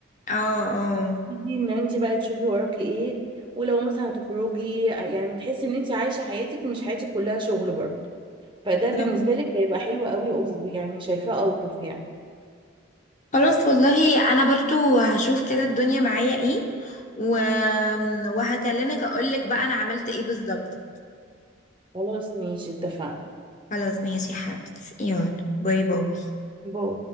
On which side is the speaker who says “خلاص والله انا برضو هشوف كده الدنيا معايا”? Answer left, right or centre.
Left